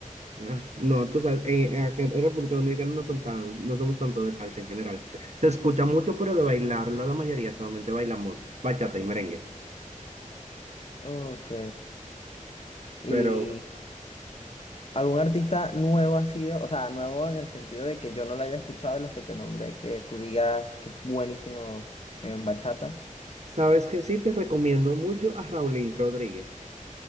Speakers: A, on the right; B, on the left.
A: Ah, No, tú sabes, eh, acá en República Dominicana no son tan, no somos tanto de salsa en general. Se escucha mucho, pero de bailarlo la mayoría solamente bailamos bachata y merengue.
B: Ok. ¿Y
A: Pero
B: algún artista nuevo ha sido, o sea, nuevo en el sentido de que yo no lo haya escuchado de los que te nombré, que tú digas que es buenísimo en bachata?
A: Sabes que sí, te recomiendo mucho a Raulín Rodríguez.